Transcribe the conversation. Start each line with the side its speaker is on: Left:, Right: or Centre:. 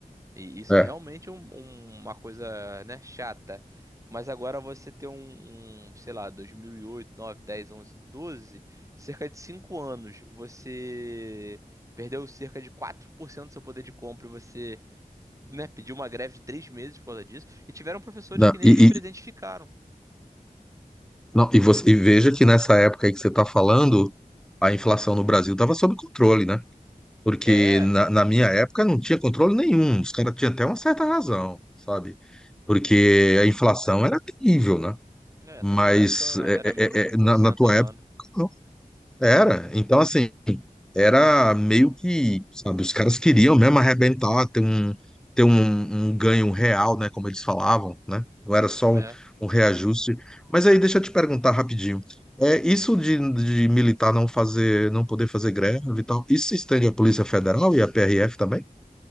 Right: e isso
Centre: é.
Right: é realmente um- um- uma coisa, né, chata. Mas agora você tem um, um, sei lá, 2008, 9, 10, 11, 12, cerca de 5 anos, você perdeu cerca de 4% do seu poder de compra e você, né, pediu uma greve de 3 meses por causa disso. E tiveram professores
Centre: Não,
Right: que nem
Centre: e,
Right: ali presentes
Centre: e-
Right: ficaram.
Centre: não, e, você, e veja que nessa época aí que você está falando, a inflação no Brasil estava sob controle, né? Porque
Right: É,
Centre: na, na minha época não tinha controle nenhum. Os caras tinham até uma certa razão, sabe? porque a inflação era terrível, né?
Right: é,
Centre: Mas
Right: naquela época
Centre: é,
Right: era
Centre: é,
Right: menos de um
Centre: é,
Right: por
Centre: é, na,
Right: cento
Centre: na tua
Right: ao
Centre: época,
Right: ano.
Centre: não. era. Então, assim, era meio que, sabe, os caras queriam mesmo arrebentar, ter um, ter um, um ganho real, né? Como eles falavam, né? Não era só
Right: É.
Centre: um, um reajuste. Mas aí, deixa eu te perguntar rapidinho. É, isso de, de militar não fazer, não poder fazer greve e tal, isso se estende à Polícia Federal e à PRF também?